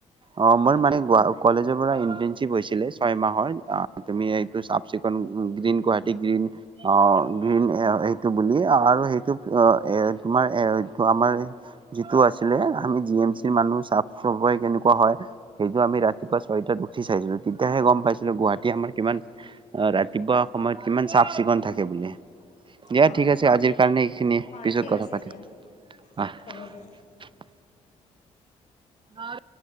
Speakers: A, on the right (about 35°); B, on the left (about 60°).
A: অ মোৰ
B: হয়
A: মানে কলেজৰ পৰা ইনটেনচিপ কি গৈছিলে ছয় মাহত তুমি এইটো চাফ চিকুন গ্ৰীণ গুৱাহাটী গ্ৰীণ অ গ্ৰীণ এ সেইটো বুলি আৰু সেইটো এ তোমাৰ এটো আমাৰ যিটো আছিলে আমি জি এম চিৰ মানুহ চাফ চফাই কেনেকুৱা হয় সেইটো আমি ৰাতিপুৱা ছয়তো উঠি চাইছিলো তেতিয়াহে গম পাইছিলো গুৱাহাটী আমাৰ কিমান ৰাতিপুৱা সময়ত কিমান চাফ চিকুণ থাকে বুলি দিয়া
B: হয়
A: ঠিক আছে আজিৰ কাৰণে এইখিনি
B: হয়
A: পিছত
B: ঠিক
A: কথা
B: আছে
A: পাতিম
B: দিয়া
A: আঁহ
B: হ'ব দিয়া
A: অঁ